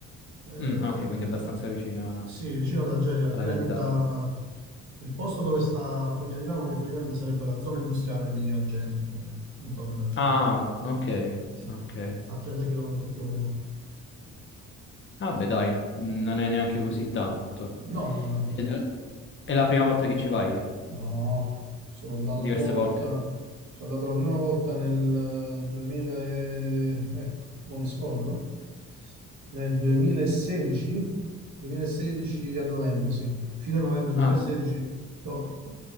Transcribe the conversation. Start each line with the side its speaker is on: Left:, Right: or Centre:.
Right: Eh,
Left: Mm, ah, ok, quindi abbastanza vicina
Right: sì, vicino ad Algeri, a
Left: alla
Right: 30...
Left: capitale.
Right: Il posto dove sta la famiglia di mia moglie praticamente sarebbe la zona industriale di Algeri, praticamente, intorno ad Algeri.
Left: Ah, ok,
Right: Sì,
Left: ok.
Right: a 30 km più o meno.
Left: Ah, beh, dai, mh, non è neanche così tanto.
Right: No, no, no.
Left: Ed è è la prima volta che ci vai?
Right: No, sono andato
Left: Diverse
Right: la prima volta,
Left: volte?
Right: sono andato la prima volta nel eh, 2000 e- ecco, non mi scordo, nel 2016, 2016 a novembre, sì, fine novembre 2016,
Left: Ah,
Right: no,